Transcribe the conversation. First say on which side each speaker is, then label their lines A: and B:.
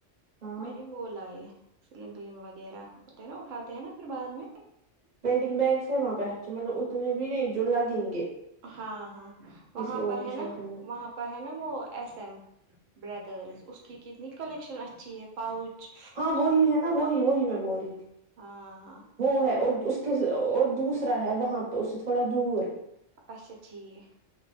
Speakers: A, on the right; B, on the right.
A: ہاں
B: میں نے وہ لائے سیلنگ ولنگ وغیرہ ہوتے ہیں نا اٹھاتے ہیں نا پھر بعد میں
A: ویڈنگ بیگس ہے وہاں پہ اچھے مطلب اتنے بھی نہیں جو لگیں گے
B: ہاں ہاں وہاں
A: کسی اور
B: پر
A: کی
B: ہے
A: شادی
B: نا
A: میں
B: وہاں پر ہے نا وہ ایس ایم بردرس اس کی کتنی کلیکشن اچھی ہے پؤچ
A: ہاں وہی ہے نا وہی وہی میں بول رہی تھی
B: ہاں ہاں
A: وہ ہے اور کس اور دوسرا ہے وہاں پہ اس سے تھوڑا دور
B: اچھا ٹھیک